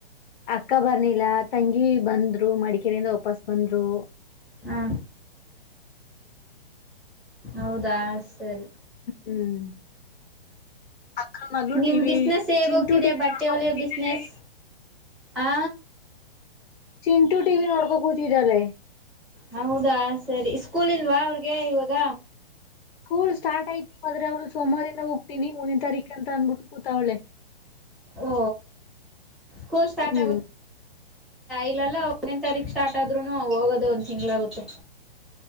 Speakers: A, on the left; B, in the centre.
A: ಅಕ್ಕಾಭರ್ ನೀಿ. ಎಲ್ಲ ತಂಗಿ ಬಂದ್ರು ಮಡಿಕೇರಿಯಿಂದ ವಾಪಸ್ ಬಂದ್ರು
B: ಹಾ ಹೌದಾ ಸರಿ
A: ಹ್ಮ್ ಅಕ್ಕನ್ ಮಗ್ಳು
B: ನಿಮ
A: ಟಿವಿ
B: ಬಿಸ್ನೆಸ್ ಹೇಗ
A: ಚಿಂಟು
B: ಹೋಗ್ತಿದೆ
A: ಟಿವಿ
B: ಬಟ್ಟೆ
A: ನೋಡ್ಕೊಂಡ್ಬಿಟ್ಟಿದ್ದಳೆ
B: ಒಲೆಯ ಬಿಸ್ನೆಸ್ ಆ
A: ಚಿಂಟು ಟಿವಿ ನೋಡ್ಕೋ ಕೂತಿದ್ದಾರೆೆ
B: ಹೌದಾ ಸರಿ ಸ್ಕೂಲ್ ಇಲ್ವಾ ಅವ್ರಿಗೆ ಇವಾಗ
A: ಸ್ಕೂಲ್ ಸ್ಟಾರ್ಟ್ ಆಯ್ತು ಮದ್ರೆ ಅವ್ಳು ಸೋಮವಾರಿಂದ ಹೋಗ್ತೀನಿ ಮುಂದನಿನ ತಾರೀಕ ಅಂತ ಅನ್ಬಿಟ್ಟು ಕೂತ ಅವ್ಳೆ
B: ಓ ಕೋರ್ಸ್ ಸ್ಟಾರ್ಟ್
A: ಹ್ಮ್
B: ಆಗ ಇಲ್ಲಲ್ಲ ಹದ್ೇನ್ ತಾರೀಕ್ ಸ್ಟಾರ್ಟ್ ಆದ್ರುನು ಹೋಗೋದು ಒಂದ್ ತಿಂಗಳಗುತ್ತೆ